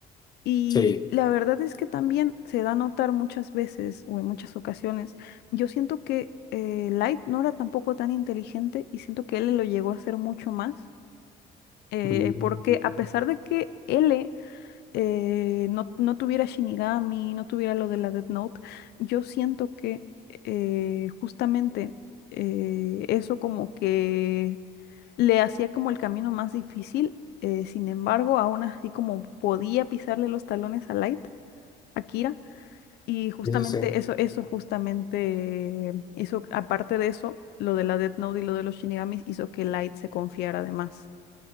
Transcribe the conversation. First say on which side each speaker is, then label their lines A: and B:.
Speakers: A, on the left; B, on the left.
A: Y
B: Sí.
A: la verdad es que también se da a notar muchas veces o en muchas ocasiones, yo siento que eh, Light no era tampoco tan inteligente y siento que L lo llegó a hacer mucho más, eh,
B: Mm,
A: porque a pesar de que L eh, no, no tuviera Shinigami, no tuviera lo de la Death Note, yo siento que eh, justamente eh, eso como que le hacía como el camino más difícil. eh, sin embargo, aún así como podía pisarle los talones a Light, a Kira, y justamente
B: Sí, sí, sí.
A: eso, eso justamente, eso, aparte de eso, lo de la Death Note y lo de los Shinigamis hizo que Light se confiara de más.